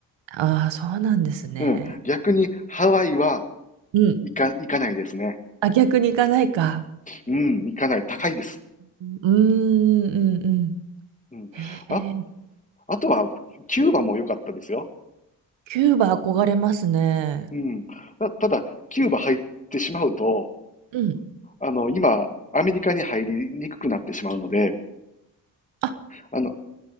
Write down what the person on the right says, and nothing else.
ああ、そうなんですね。
うん。
あ、逆に行かないか。
うーんうんうん。
へえ
キューバ憧れますね。
うん。
あ、